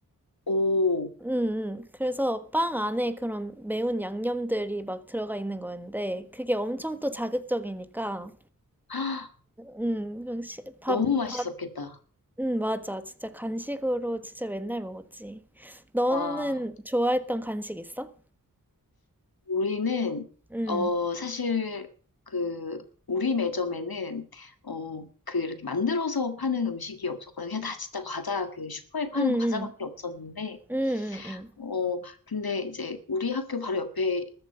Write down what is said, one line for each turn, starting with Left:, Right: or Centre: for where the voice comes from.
Left: 오, <gasps>
Centre: 응 응 그래서 빵 안에 그런 매운 양념들이 막 들어가 있는 거였는데, 그게 엄청 또 자극적이니까,
Left: 아,
Centre: 응 그냥 시- 밥,
Left: 너무 맛있었겠다.
Centre: 밥, 응 맞아. 진짜 간식으로 진짜 맨날 먹었지. 너는
Left: 와.
Centre: 좋아했던 간식 있어?
Left: 우리는
Centre: 응,
Left: 어 사실 그 우리 매점에는 어 그 이렇게 만들어서 파는 음식이 없었거든요. 그냥 다 진짜 과자 그 슈퍼에 파는
Centre: 응, 응,
Left: 과자밖에 없었는데
Centre: 응, 응, 응,
Left: 어 근데 이제 우리 학교 바로 옆에